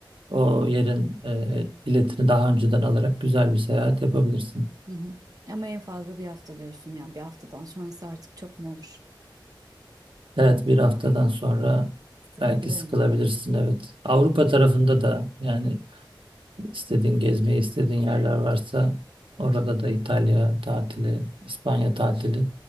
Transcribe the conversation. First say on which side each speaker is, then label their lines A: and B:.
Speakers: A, on the right; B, on the right.
A: o yerin e, biletini daha önceden alarak güzel bir seyahat yapabilirsin.
B: Hı hı. Ama en fazla bir hafta diyorsun yani bir haftadan sonrası artık çok mu olur?
A: Evet bir haftadan sonra
B: Sıkabilir
A: belki sıkılabilirsin
B: mi?
A: evet. Avrupa tarafında da yani istediğin gezmeyi istediğin yerler varsa orada da İtalya tatili, İspanya tatili